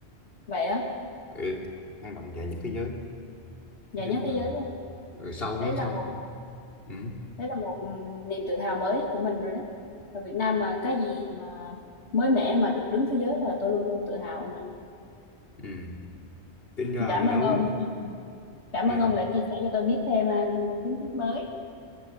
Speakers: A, on the left; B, on the left.
A: vậy á
B: ừ hang động dài nhất thế giới
A: nhà
B: nói chung
A: nhất thế
B: là
A: giới luôn à?
B: ở sâu
A: đấy
B: ở
A: là
B: sâu
A: một
B: nữa. Ừm,
A: đấy là một ừ, niềm tự hào mới của mình rồi đấy ở Việt Nam mà cái gì mà mới mẻ mà được đứng thế giới là tôi luôn luôn tự hào nè
B: ừm. tính ra
A: cảm
B: nấu
A: ơn ông Cảm
B: ừ.
A: ơn ông đã chia sẻ cho tôi biết thêm à, kiến thức mới.